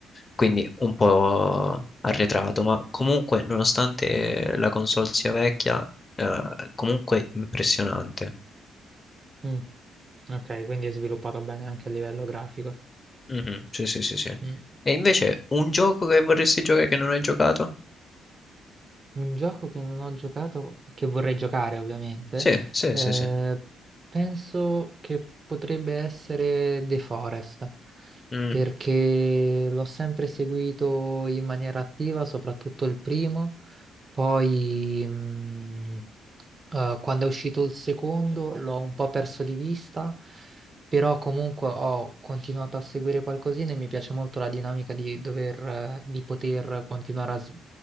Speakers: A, on the left (about 30°); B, on the right (about 35°).
A: quindi un po' arretrato, ma comunque, nonostante la console sia vecchia, eh, comunque impressionante.
B: Mm. Ok, quindi è sviluppato bene anche a livello grafico.
A: Mhm, Sì, sì, sì, sì.
B: Mm.
A: E invece un gioco che vorresti giocare che non hai giocato?
B: Un gioco che non ho giocato, che vorrei giocare ovviamente,
A: Sì, sì,
B: eh,
A: sì, sì.
B: penso che potrebbe essere The Forest,
A: Mm,
B: perché l'ho sempre seguito in maniera attiva, soprattutto il primo. Poi, mm, Eh, quando è uscito il secondo l'ho un po' perso di vista, però comunque ho continuato a seguire qualcosina e mi piace molto la dinamica di dover, eh, di poter continuare a, s-